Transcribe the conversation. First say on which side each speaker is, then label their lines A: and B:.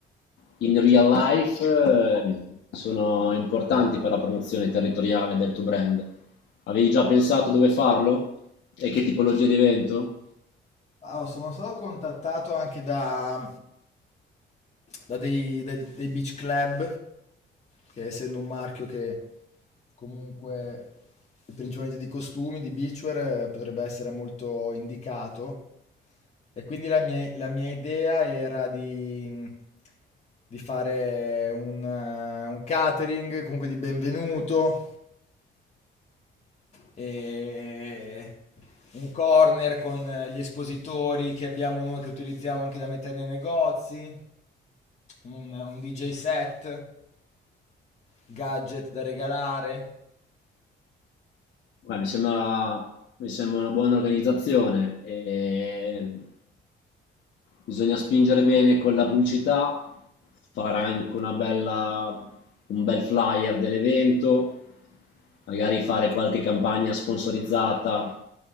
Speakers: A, on the left; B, on the left.
A: in real life eh, sono importanti per la promozione territoriale del tuo brand. Avevi già pensato dove farlo? E che tipologia di evento?
B: Allora, sono stato contattato anche da, da dei, dei- dei beach club, che essendo un marchio che comunque è principalmente di costumi, di beachwear, eh, potrebbe essere molto indicato. E quindi la mia, la mia idea era di, di fare un, eh, un catering, comunque di benvenuto, e un corner con eh, gli espositori che abbiamo noi che utilizziamo anche da mettere nei negozi, un, un DJ set, gadget da regalare.
A: Beh, mi sembra, mi sembra una buona organizzazione. E Bisogna spingere bene con la pubblicità, fare anche una bella, un bel flyer dell'evento, magari fare qualche campagna sponsorizzata